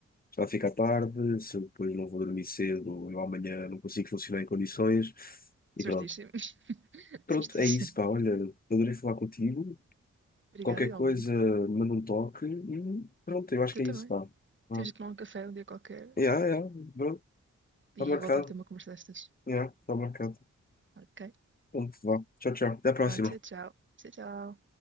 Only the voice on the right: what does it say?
Certíssimo.
<laughs>
Certíssimo.
Obrigada
igualmente.
Tu
também.
Temos de tomar um café um dia qualquer
e
voltar a ter uma conversa destas.
Ok?
Pronto, tchau, tchau. Tchau, tchau.